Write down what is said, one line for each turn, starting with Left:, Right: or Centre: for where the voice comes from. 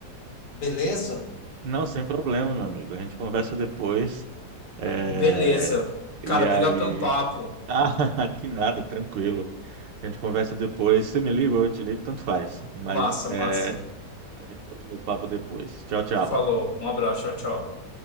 Left: Beleza?
Right: Não, sem problema, meu amigo. A gente conversa depois. É,
Left: Beleza.
Right: E
Left: Cara, obrigado
Right: aí.
Left: pelo papo.
Right: <laughs> Ah, que nada, tranquilo. A gente conversa depois. Você me liga ou eu te ligo, tanto faz. Mas
Left: Massa,
Right: é,
Left: massa.
Right: a gente continua o papo depois. Tchau, tchau.
Left: Falou. Um abraço. Tchau, tchau.